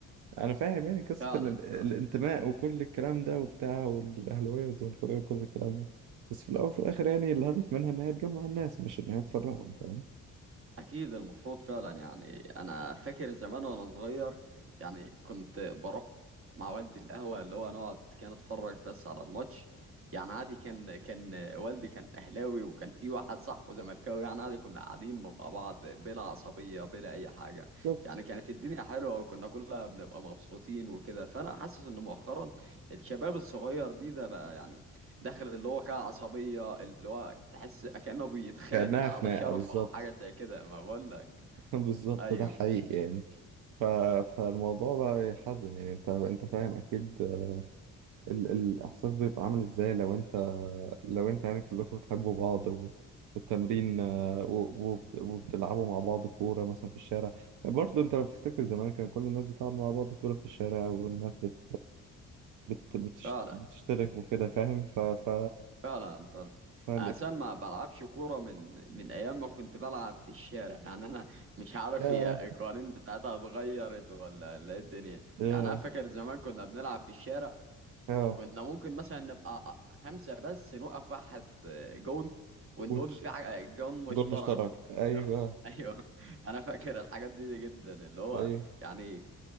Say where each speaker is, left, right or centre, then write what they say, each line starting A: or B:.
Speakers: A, on the right (about 80°); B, on the right (about 45°).
A: انا فاهم يعني قصة
B: فعلا
A: الان- الانتماء
B: فعلا
A: وكل الكلام ده وبتاع والاهلاوية والزملكاوية وكل الكلام ده بس في الاول وفي الاخر يعني الهدف منها ان هي تجمع الناس مش ان هي تفرقهم فاهم
B: أكيد المفروض فعلا يعني أنا فاكر زمان وأنا صغير يعني كنت بروح مع والدي القهوة اللي هو نقعد كان أتفرج بس على الماتش يعني عادي كان كان والدي كان أهلاوي وكان في واحد صاحبه زملكاوي يعني عادي كنا قاعدين مع بعض بلا عصبية بلا أي حاجة
A: بالظبط
B: يعني كانت الدنيا حلوة وكنا كلنا بنبقى مبسوطين وكده فأنا حاسس إن مؤخرا الشباب الصغير دي ده بقى يعني داخل اللي هو كده عصبية اللي هو تحس كأنه بيتخانق
A: كأنها
B: على
A: خناقة
B: شرفه
A: بالظبط
B: أو حاجة زي كده ما بقولك
A: <laughs> بالظبط
B: أيوه
A: ده حقيقي يعني ف... فالموضوع بقى يحزن يعني انت انت فاهم اكيد ال... الاحساس بيبقى عامل ازاي لو انت لو انت يعني كلكم بتحبوا بعض و... والتمرين آه، و... و... وبتلعبوا مع بعض كورة مثلا في الشارع برضه انت لو بتفتكر زمان كان كل الناس بتلعب مع بعض كورة في الشارع والناس بت... بت... بتش...
B: فعلا
A: بتشترك وكده فاهم ف ف
B: فعلا فعلا
A: فالف
B: أنا أساسا ما بلعبش كورة من من أيام ما كنت بلعب في الشارع يعني أنا مش عارف
A: ياه
B: هي القوانين بتاعتها اتغيرت ولا ولا إيه الدنيا
A: ياه
B: يعني أنا فاكر زمان كنا بنلعب في الشارع
A: اه
B: كنا ممكن مثلا نبقى خمسة بس نوقف واحد جون ونقول
A: وتش...
B: في ع- جون مشترك
A: جول مشترك ايوه
B: اللي هو <laughs> ايوه انا فاكر الحاجات دي, دي جدا اللي هو
A: ايوه
B: يعني